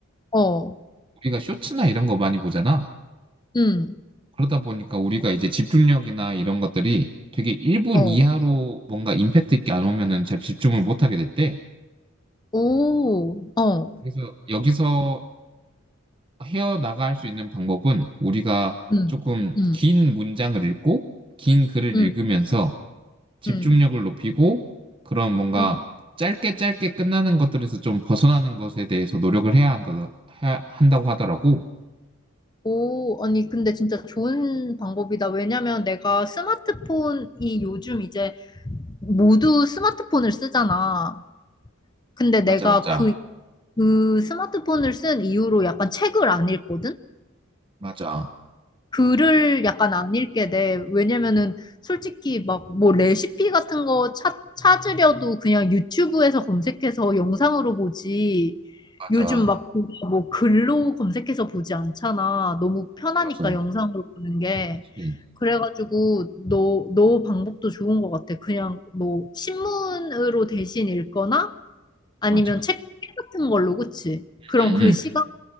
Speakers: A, on the left; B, on the right.
A: 어,
B: 우리가 쇼츠나 이런 거 많이 보잖아.
A: 음,
B: 그러다 보니까 우리가 이제 집중력이나 이런 것들이 되게 1분
A: 어,
B: 이하로 뭔가 임팩트 있게 안 오면은 잘 집중을 못 하게 됐대.
A: 오, 어,
B: 그래서 여기서 헤어나갈 수 있는 방법은 우리가
A: 음,
B: 조금
A: 음,
B: 긴 문장을 읽고 긴 글을
A: 음,
B: 읽으면서 집중력을
A: 음,
B: 높이고 그런 뭔가
A: 음.
B: 짧게 짧게 끝나는 것들에서 좀 벗어나는 것에 대해서 노력을 해야 한다, 하, 한다고 하더라고.
A: 오, 아니 근데 진짜 좋은 방법이다. 왜냐면 내가 스마트폰이 요즘 이제 모두 스마트폰을 쓰잖아. 근데 내가
B: 맞아, 맞아,
A: 그 그 스마트폰을 쓴 이후로 약간 책을 안 읽거든?
B: 맞아,
A: 글을 약간 안 읽게 돼. 왜냐면은 솔직히 막 뭐 레시피 같은 거 찾, 찾으려도 그냥 유튜브에서 검색해서 영상으로 보지.
B: 맞아,
A: 요즘
B: 맞아,
A: 막 뭐 글로 검색해서 보지 않잖아. 너무 편하니까
B: 맞아,
A: 영상으로 보는 게.
B: 그치,
A: 그래가지고 너, 너 방법도 좋은 것 같아. 그냥 뭐 신문으로 대신 읽거나 아니면
B: 맞아.
A: 책 같은 걸로, 그치? 그럼
B: 응,
A: 그
B: 응.
A: 시간,